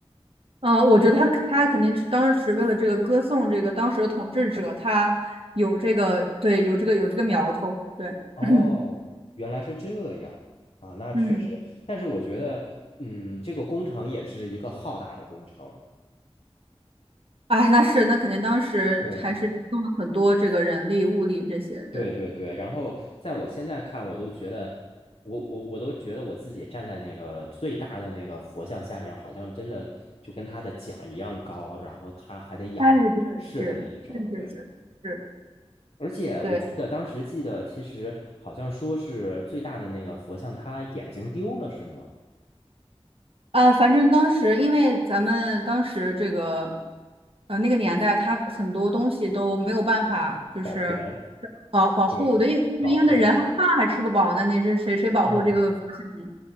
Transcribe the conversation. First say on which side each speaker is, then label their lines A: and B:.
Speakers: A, on the right; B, on the left.
A: 呃，我觉得他他肯定是当时为了这个歌颂这个当时的统治者，他有这个对有这个有这个苗头，对，
B: 哦，
A: <clears throat>
B: 原来是这样啊，那确实，
A: 嗯，
B: 但是我觉得嗯，这个工程也是一个浩大的工程，
A: 哎，那是那肯定当时还是动了很多这个人力物力这些，
B: 对，对对对，
A: 对。
B: 然后在我现在看，我都觉得，我我我都觉得我自己站在那个最大的那个佛像下面，好像真的就跟他的脚一样高，然后他还得仰仰视的那一种。
A: 哎，对，是是是是是，
B: 对，而且我记得当时记得，
A: 对，
B: 其实好像说是最大的那个佛像，他眼睛丢了是吗？
A: 啊，反正当时因为咱们当时这个，呃，那个年代，它很多东西都没有办法就是
B: 保存，
A: 保保护的，
B: 对，
A: 因为因为那人还饭还吃不饱呢，
B: 保护，
A: 你是谁谁保护这个福气呢
B: 嗯，